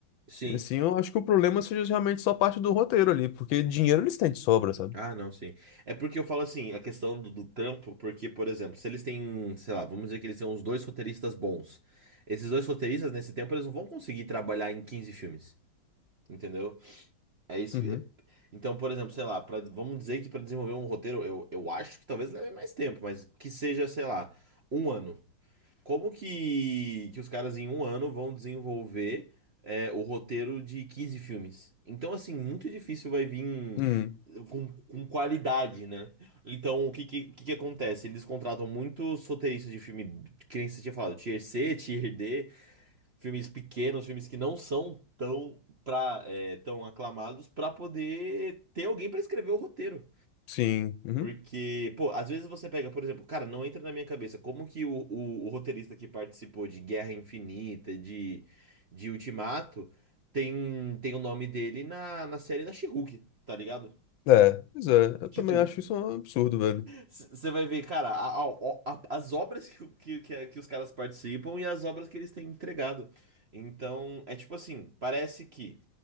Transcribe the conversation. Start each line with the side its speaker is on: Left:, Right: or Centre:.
Right: Sim,
Left: Assim, eu acho que o problema seja realmente só parte do roteiro ali, porque dinheiro eles têm de sobra, sabe?
Right: Ah, não, sim. É porque eu falo assim, a questão do, do trampo, porque, por exemplo, se eles têm, sei lá, vamos dizer que eles têm uns dois roteiristas bons. Esses dois roteiristas, nesse tempo, eles não vão conseguir trabalhar em 15 filmes, entendeu? É isso.
Left: Uhum.
Right: é- Então, por exemplo, sei lá, pra, vamos dizer que para desenvolver um roteiro, eu, eu acho que talvez leve mais tempo, mas que seja, sei lá, um ano. Como que, que os caras em um ano vão desenvolver é, o roteiro de 15 filmes? Então, assim, muito difícil vai vir
Left: Uhum.
Right: com, com qualidade, né? Então, o que, que, que que acontece? Eles contratam muitos roteiristas de filme, que nem você tinha falado, Tier C, Tier D, filmes pequenos, filmes que não são tão, pra, é, tão aclamados, pra poder ter alguém pra escrever o roteiro.
Left: Sim. Uhum.
Right: Porque, pô, às vezes você pega, por exemplo, cara, não entra na minha cabeça como que o, o, o roteirista que participou de Guerra Infinita, de, de Ultimato, tem, tem o nome dele na, na série da She-Hulk, tá ligado?
Left: É, pois é. Eu
Right: Tipo,
Left: também acho isso um absurdo, velho.
Right: você vai ver, cara, a- a- a- as obras que, o- que, que, é- que os caras participam e as obras que eles têm entregado. Então, é tipo assim, parece que